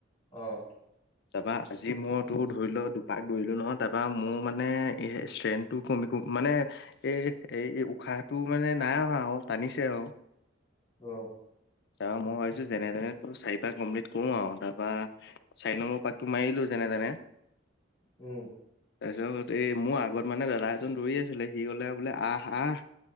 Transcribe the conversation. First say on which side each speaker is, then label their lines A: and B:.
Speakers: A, on the left; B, on the left.
A: অহ।
B: তাৰপা আজি মইতো ধৰি লোৱা দুপাক দৌৰিলো নহয় তাৰপা মোৰ মানে ষ্ট্ৰেনটো কমি কমি মানে এই এই উশাহটো মানে নাই অহা আৰু টানিছে আৰু।
A: অ',
B: তাৰ মই ভাবিছো যেনে তেনে ত চাৰি পাক কমপ্লিট কৰো আৰু তাৰপৰা চাৰি নম্বৰ পাকটো মাৰিলো যে যেনে-তেনে।
A: উম,
B: তাৰপিছত এই মোৰ আগত মানে দাদা এজন দৌৰি আছিলে সি গলে বোলে আহ আহ